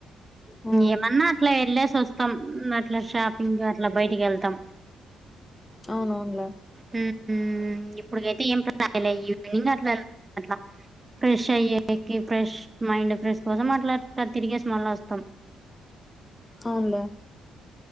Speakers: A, on the left (about 20°); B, on the right (about 25°).
A: ఆ
B: ఏమన్నా అట్లా యెళ్ళేసి వస్తాం అట్లా షాపింగ్ కి అట్లా బయటికి యెళ్తాం
A: అవునవునులే
B: హ్మ్ ఇప్పుడుకైతే ఏమ్ లే ఈవినింగ్ అట్లా అట్లా ఫ్రెష్ అయ్యేకి ఫ్రెష్ మైండ్ ఫ్రెష్ కోసం అట్లా తిరిగేసి మళ్ళ వస్తాం
A: అవునులే